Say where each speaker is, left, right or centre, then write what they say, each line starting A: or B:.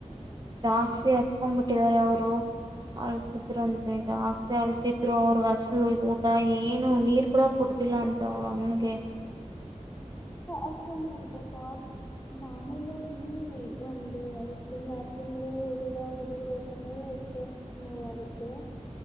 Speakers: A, on the right; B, on the left.
A: ಜಾಸ್ತಿ ಹತ್ಕೊಂಡ್ ಬಿಟ್ಟಿದ್ದಾರೆ ಅವರು ಅಳ್ತಿದ್ರಂತೆ ಜಾಸ್ತಿ ಅಳ್ತ ಅವ್ರ ಹಸಲು ಊಟ ಏನು ನೀರ್ ಕೂಡ ಕುಡತಿಿಲ್ಲ ಅಂತ ಅವ್ರು ಹಂಗೆ
B: ಅಕತಾರ ಮಾಮೂಲ್ಯಾಗಿ ಒಂದು ಐದ್ ತಿಂಗ್ಳ ಆರ್ ತಿಂಗ್ಳ ಹುಡುಗ ಹುಡುಗರು ನ ಎಷ್ಟೋ ನೋವಾಗುತ್ತೆ